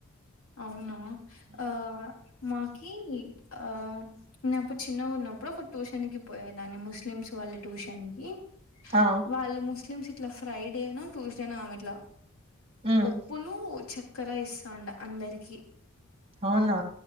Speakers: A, on the left (about 85°); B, on the right (about 25°).
A: అ ఆ మాకి ఆ నన్నప్పుడు చిన్నగా ఉన్నప్పుడు ఒక ట్యూషన్ కి పోయేదాన్ని ముస్లిమ్స్ వాళ్ళ ట్యూషన్ కి
B: ఆ
A: వాళ్ళు ముస్లిమ్స్ ఇట్లా ఫ్రైడేనా ట్యూస్డేనో ఇట్లా
B: ఉమ్
A: పోప్పులు చక్కెర ఇస్తండ అందరికి
B: అవునా